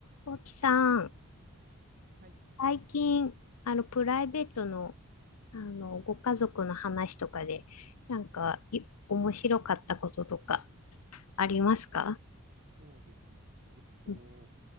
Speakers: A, on the left (about 80°); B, on the right (about 40°).
A: 大木さん、
B: はい、
A: 最近、あの、プライベートの、あの、ご家族の話とかで、なんか、い面白かったこととか、ありますか
B: そうですね。えっと、
A: うん
B: う